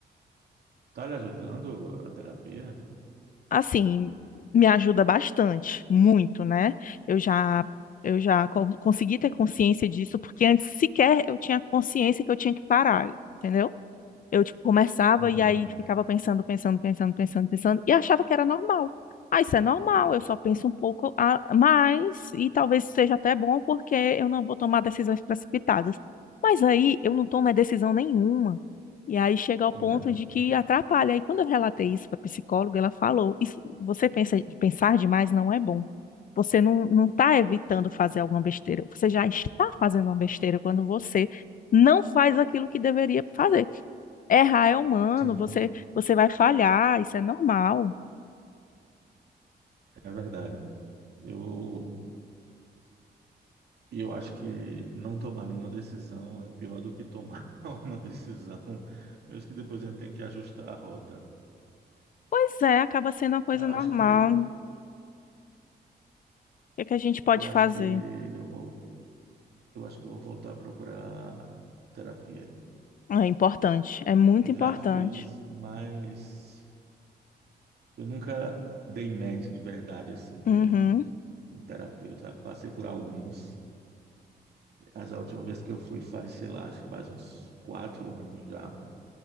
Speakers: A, on the right (about 70°); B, on the left (about 50°).
A: Tá lhe ajudando a terapia?
B: Assim, me ajuda bastante, muito, né? Eu já. Eu já con- consegui ter consciência disso, porque antes sequer eu tinha consciência que eu tinha que parar, entendeu? Eu, tipo, começava
A: Uhum.
B: e aí ficava pensando, pensando, pensando, pensando, pensando, e achava que era normal. Ah, isso é normal, eu só penso um pouco a mais, e talvez seja até bom porque eu não vou tomar decisões precipitadas. Mas aí eu não tomo é, decisão nenhuma. E aí chega ao
A: É,
B: ponto
A: né?
B: de que atrapalha. E quando eu relatei isso para a psicóloga, ela falou: isso, você pensa, pensar demais não é bom. Você não, não está evitando fazer alguma besteira. Você já está fazendo uma besteira quando você não faz aquilo que deveria fazer. Errar é humano,
A: Sim,
B: você, você vai falhar, isso é normal.
A: é verdade. Eu, eu acho que não tomar nenhuma decisão é pior do que tomar <laughs> uma decisão, mesmo que depois a gente tenha que ajustar a rota.
B: Pois é, acaba sendo uma coisa
A: Eu
B: normal.
A: acho que
B: O que é que a gente pode
A: eu acho
B: fazer?
A: que eu vou eu acho que eu vou voltar a procurar terapia.
B: É importante, é muito
A: Eu já
B: importante.
A: fiz, mas eu nunca dei match de verdade assim com
B: Uhum.
A: um terapeuta. Passei por alguns. As últimas vezes que eu fui faz, sei lá, acho que faz uns quatro anos já.